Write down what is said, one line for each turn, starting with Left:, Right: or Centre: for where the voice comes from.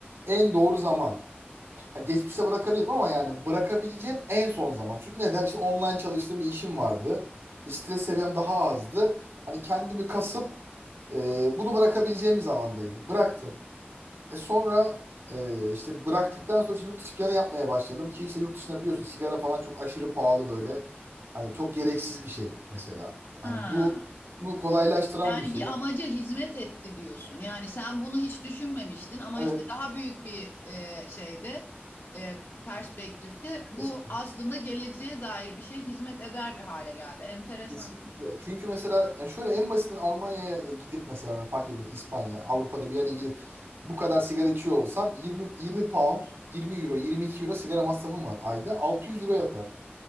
Right: en doğru zaman. Ha, geçmişte bırakabilirim ama yani bırakabileceğim en son zaman. Çünkü neden? İşte online çalıştığım bir işim vardı. İşte stres seviyem daha azdı. Hani kendimi kasıp e, bunu bırakabileceğim bir zamandaydım. Bıraktım. E sonra e, işte bıraktıktan sonra işte yurt dışı planı yapmaya başladım ki işte yurt dışında biliyorsun sigara falan çok aşırı pahalı böyle. Hani çok gereksiz bir şey mesela. Hani
Left: Ha.
Right: bu bunu kolaylaştıran
Left: Yani
Right: bir şey.
Left: bir
Right: Yani
Left: amaca hizmet etti diyorsun. Yani sen bunu hiç düşünmemiştin ama
Right: Evet.
Left: işte daha büyük bir e, şeyde e, perspektifte bu
Right: Kesinlikle.
Left: aslında geleceğe dair bir şey hizmet eder bir hale geldi. Enteresan.
Right: Kesinlikle. Çünkü mesela yani şöyle en basitinden Almanya'ya gidip mesela ben fark etmez İspanya, Avrupa'da bir yere gidip bu kadar sigara içiyor olsam 20 20 pound, 20 euro, 22 euro sigara masrafım var ayda. 600 euro yapar.